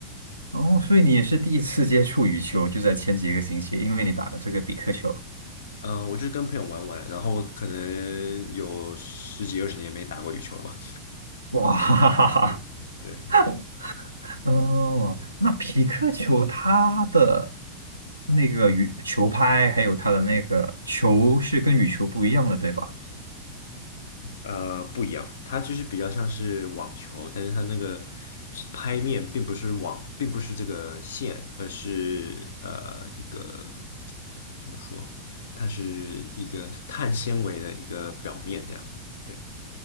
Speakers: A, on the right (about 80°); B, on the left (about 60°).
A: 哦，所以你也是第一次接触羽球，就在前几个星期，因为你打了这个比克球。
B: 嗯、呃，我就是跟朋友玩玩，然后可能有十几二十年没打过羽球了吧。
A: 哇，哈哈哈
B: 对对，
A: 哈哦，那匹克球它的那个羽球拍，还有它的那个球是跟羽球不一样的，对吧？
B: 呃，不一样，它就是比较像是网球，但是它那个拍面并不是网，并不是这个线，而是呃一个怎么说？它是一个碳纤维的一个表面，这样。对